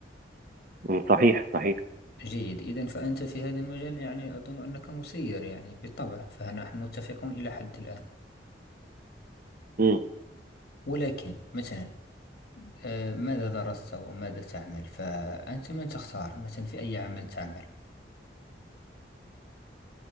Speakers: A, on the right (about 50°); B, on the left (about 55°).
A: مم، صحيح صحيح
B: جيد إذا فأنت في هذا المجال يعني أظن أنك مسير يعني بالطبع فنحن متفقون إلى حد الآن
A: مم.
B: ولكن مثلا آه، ماذا درست وماذا تعمل فأنت من تختار مثلا في أي عمل تعمل